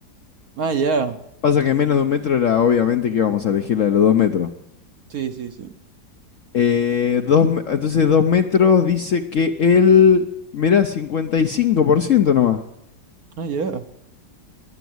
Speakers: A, on the right; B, on the left.
A: Ah, ya.
B: Pasa que menos de un metro era obviamente que íbamos a elegir la de los dos metros.
A: Sí, sí, sí.
B: Eh, dos, me- entonces, dos metros dice que él. Mirá, 55% nomás.
A: Ah, ya.